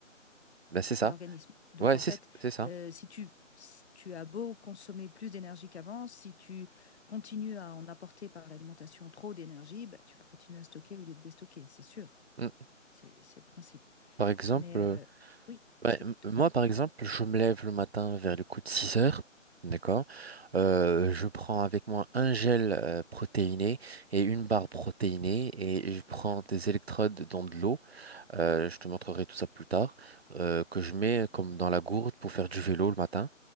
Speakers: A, on the right; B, on the left.
A: Ben c'est ça.
B: à l'organisme. Donc
A: Ouais,
B: en
A: c'est
B: fait,
A: c'est ça.
B: euh, si tu, si tu as beau consommer plus d'énergie qu'avant, si tu continues à en apporter par l'alimentation trop d'énergie, bah, tu vas continuer à stocker au lieu de déstocker, c'est sûr.
A: Mm.
B: C'est, c'est le principe.
A: Par exemple.
B: Mais
A: euh,
B: euh, oui,
A: Ouais,
B: je t'écoute.
A: m- moi, par exemple, je me lève le matin vers le coup de 6 heures. D'accord. Euh, je prends avec moi un gel euh, protéiné et une barre protéinée et je prends des électrodes dans de l'eau euh, je te montrerai tout ça plus tard, euh, que je mets comme dans la gourde pour faire du vélo le matin.